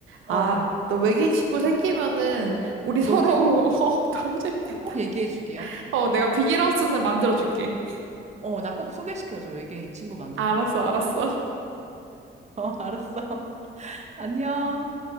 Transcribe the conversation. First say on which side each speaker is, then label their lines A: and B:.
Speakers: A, on the right; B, on the right.
A: 어,
B: 아,
A: 어.
B: 너 외계인 친구 생기면은 우리 서로,
A: 너무 재밌겠다.
B: <laughs> 어, 너무 재밌겠다.
A: 꼭 얘기해 주기야.
B: 어, 내가 비닐하우스는 만들어줄게.
A: 어, 나 꼭 소개시켜줘. 외계인 친구 만나면.
B: 알았어, 알았어.
A: <laughs> 어, 알았어. <laughs> 안녕.